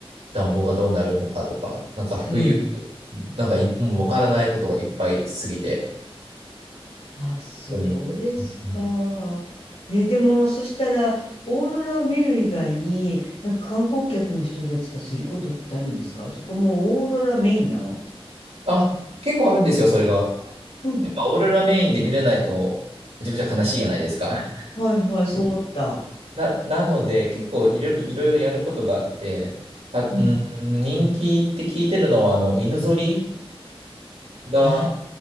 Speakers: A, on the right (about 85°); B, on the left (about 80°).
A: 暖房がどうなるのかとか、なんか冬、
B: うん。
A: なんかいもうわからないことがいっぱいすぎて、
B: あ、そうですか。
A: 本当に。うん
B: え、でも、そしたら、オーロラを見る以外に、なんか観光客の人たちがすることってあるんですかそこもうオーロラメインなの
A: あ、結構あるんですよ、それが。
B: うん。
A: やっぱオーロラメインで見れないと、めちゃくちゃ悲しいじゃないですか。
B: はいはい、そう思った。
A: な、なので、結構いろ、いろいろやることがあって、た、
B: うん。
A: うん、人気って聞いてるのは、あの、犬ぞりが、
B: あ